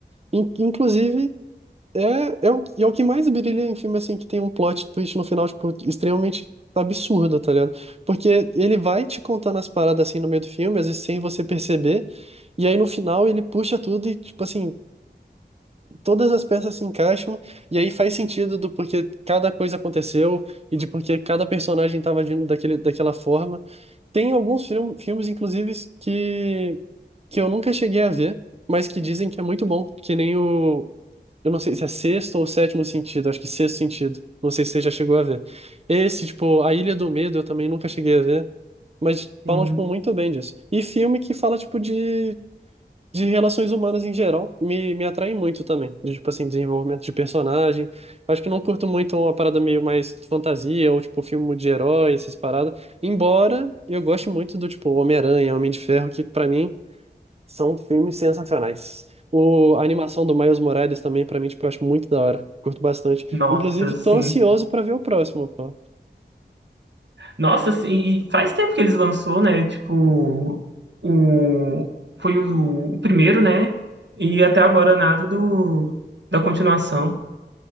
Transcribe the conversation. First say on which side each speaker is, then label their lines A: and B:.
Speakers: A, on the right; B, on the right.
A: In- Inclusive, é, é, o, é o que mais brilha em filme assim que tem um plot twist no final, tipo, extremamente absurdo, tá ligado? Porque ele vai te contando as paradas assim no meio do filme, às vezes sem você perceber. E aí no final ele puxa tudo e, tipo assim, todas as peças se encaixam e aí faz sentido do porquê cada coisa aconteceu e de porquê cada personagem estava agindo daquele, daquela forma. Tem alguns film, filmes, inclusive, que, que eu nunca cheguei a ver, mas que dizem que é muito bom, que nem o. Eu não sei se é sexto ou sétimo sentido, acho que sexto sentido. Não sei se você já chegou a ver. Esse, tipo, A Ilha do Medo, eu também nunca cheguei a ver. Mas
B: Sim.
A: falam, tipo, muito bem disso. E filme que fala, tipo, de de relações humanas em geral me, me atraem muito também. De, tipo assim, desenvolvimento de personagem. Acho que não curto muito uma parada meio mais fantasia ou tipo filme de herói, essas paradas. Embora eu goste muito do tipo Homem-Aranha, Homem de Ferro, que pra mim são filmes sensacionais. O, a animação do Miles Morales também, pra mim, tipo, eu acho muito da hora. Curto bastante.
B: Nossa,
A: Inclusive, tô
B: sim.
A: ansioso pra ver o próximo, pô.
B: Nossa, sim, e faz tempo que eles lançou, né? Tipo, o foi o, o primeiro, né? E até agora nada do da continuação.